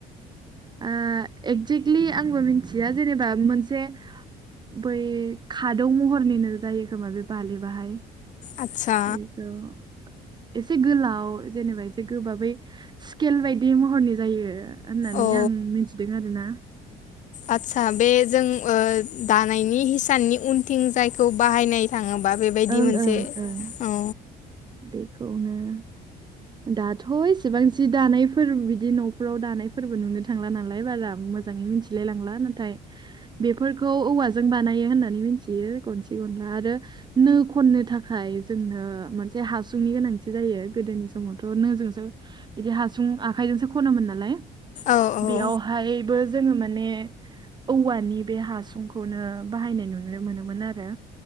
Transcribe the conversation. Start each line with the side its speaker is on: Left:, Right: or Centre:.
Right: ओ एक्जेक्टलि आंबो मिथिया जेनेबा मोनसे बै खादौ महरनिनो जायो खोमा बे बालेबाहाय
Left: आदसा
Right: बेखौ एसे गोलाव जेनेबा एसे गोबाबै स्केल बायदि महरनि जायो होननानै
Left: औ
Right: आं मिथिदों आरो ना
Left: आचसा बे जों दानायनि हिसाननि उनथिं जायखौ बाहायनाय थाङोबा बेबायदि
Right: ओं
Left: मोनसे
Right: ओं ओं
Left: औ
Right: बेखौनो दाथ' इसेबां जि दानायफोर बिदि न' नखराव दानायफोरबो नुनो थांला नालाय बारा मोजाङै मिथिलाय लांला नाथाय बेफोरखौ औवाजों बानायो होननानै मिथियो गनसे गनला आरो नो खननो थाखाय जोंनो मोनसे हासुंनि गोनांथि जायो गोदोनि समावथ' नोंजोंसो बिदि हासुं आखाइजोंसो खनोमोन नालाय
Left: औ औ
Right: बेयावहायबो जोङो माने औवानि बे हासुंखौनो बाहायनाय नुनो मोनोमोन आरो